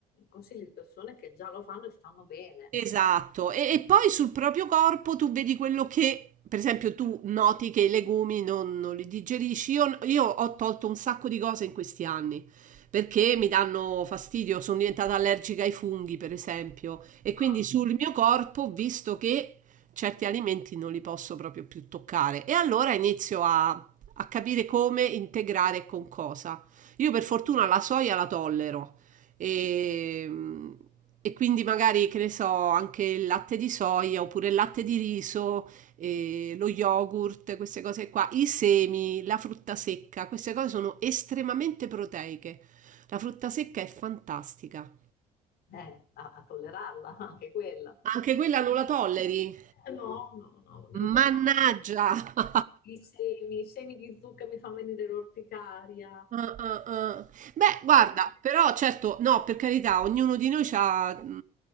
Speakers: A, on the left; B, on the right.
A: consigli di persone che già lo fanno e stanno bene
B: Esatto, e, e poi sul proprio corpo tu vedi quello che, per esempio, tu noti che i legumi non, non li digerisci. Io, io ho tolto un sacco di cose in questi anni perché mi danno fastidio, sono diventata allergica ai funghi, per esempio, e quindi
A: a,
B: sul mio corpo ho visto che certi alimenti non li posso proprio più toccare. E allora inizio a, a capire come integrare e con cosa. Io per fortuna la soia la tollero e, e quindi magari, che ne so, anche il latte di soia oppure il latte di riso, eh, lo yogurt, queste cose qua, i semi, la frutta secca, queste cose sono estremamente proteiche. La frutta secca è fantastica.
A: eh, a- a tollerarla, <laughs> anche quella.
B: Anche quella
A: Io-
B: non la tolleri?
A: no, no, no, devo proprio
B: Mannaggia!
A: mangiarne pochissime.
B: <laughs>
A: I semi, i semi di zucca mi fanno venire l'orticaria.
B: Ah, ah, ah. Beh, guarda,
A: No,
B: però certo, no, per carità, ognuno di noi ha